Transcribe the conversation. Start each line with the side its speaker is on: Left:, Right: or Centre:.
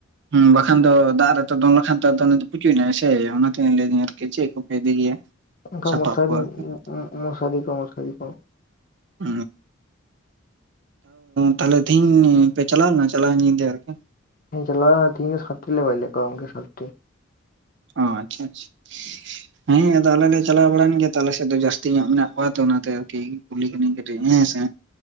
Right: ᱦᱩᱸ ᱵᱟᱠᱷᱟᱱ ᱫᱚ ᱫᱟᱜ ᱨᱮᱛᱚ ᱫᱚᱱ ᱞᱮᱠᱷᱟᱱ ᱫᱚ ᱯᱩᱪᱩᱭᱮᱱᱟᱭ ᱥᱮ ᱚᱱᱟᱛᱮᱧ ᱞᱟᱹᱭᱫᱟᱹᱧ ᱠᱮᱪᱮᱜ ᱠᱚᱯᱮ ᱤᱫᱤ ᱜᱮᱭᱟ
Left: ᱚᱱᱠᱟ
Right: ᱥᱟᱯᱟᱵ
Left: ᱢᱚᱥᱟᱨᱤ
Right: ᱠᱚ ᱟᱨᱠᱤ
Left: ᱢᱚᱥᱟᱨᱤ ᱠᱚ ᱢᱚᱥᱟᱨᱤ ᱠᱚ
Right: ᱩ ᱛᱟᱦᱞᱮ ᱛᱮᱦᱤᱧ ᱯᱮ ᱪᱟᱞᱟᱣᱱᱟ ᱪᱟᱞᱟᱣ ᱧᱤᱫᱟᱹ ᱟᱨᱠᱤ
Left: ᱪᱟᱞᱟᱜ ᱞᱮᱱᱟᱹᱧ ᱥᱟᱛᱴᱤ ᱞᱮ ᱜᱚᱡ ᱞᱮᱫ ᱠᱚᱣᱟ ᱠᱚᱢᱠᱮ ᱥᱟᱛᱴᱤ
Right: ᱚ ᱟᱪᱪᱷᱟ ᱟᱪᱪᱷᱟ ᱦᱮᱸ ᱟᱫᱚ ᱟᱞᱮ ᱞᱮ ᱪᱟᱞᱟᱣ ᱵᱟᱲᱟᱭᱮᱱ ᱜᱮᱭᱟ ᱛᱚ ᱟᱞᱮ ᱥᱮᱫ ᱫᱚ ᱡᱟᱹᱥᱛᱤ ᱧᱟᱜ ᱢᱮᱱᱟᱜ ᱠᱚᱣᱟ ᱛᱚ ᱚᱱᱟᱛᱮ ᱟᱨᱠᱤ ᱠᱩᱞᱤ ᱠᱟᱹᱱᱟᱹᱧ ᱠᱟᱹᱴᱤᱡ ᱦᱮᱸᱥᱮ